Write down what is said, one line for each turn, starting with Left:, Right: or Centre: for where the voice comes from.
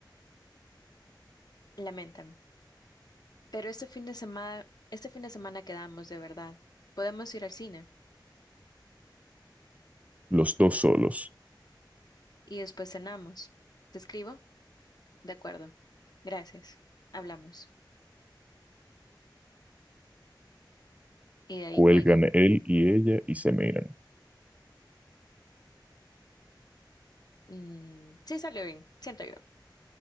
Left: Lamentan. Pero este fin de semana, este fin de semana quedamos de verdad. Podemos ir al cine
Right: Los dos solos.
Left: y después cenamos. ¿Te escribo? De acuerdo. Gracias. Hablamos. Y de ahí
Right: Cuelgan
Left: cuelgan.
Right: él y ella y se miran.
Left: Mm, sí salió bien, siento yo.